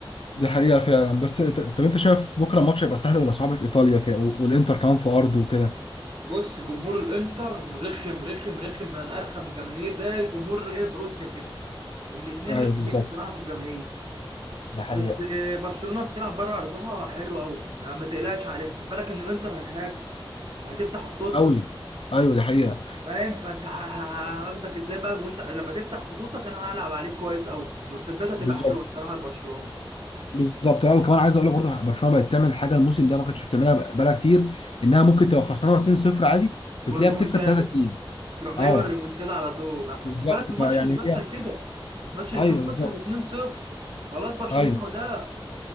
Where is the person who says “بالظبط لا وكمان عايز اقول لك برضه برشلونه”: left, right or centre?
Left